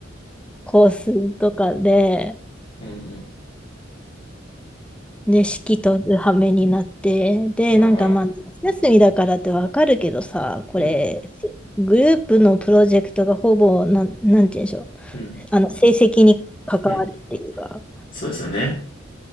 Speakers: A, in the centre; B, on the left.
A: コースとかで、
B: うんう
A: で、式とる羽目になって、で、
B: ん。ああ、
A: なんかまあ、夏休みだからってわかるけどさ、これ、
B: うん、
A: グループのプロジェクトがほぼ、なん、なんて言うんでしょう、
B: うん、
A: あの、成績に関わるっていうか、
B: うん。そうですよね。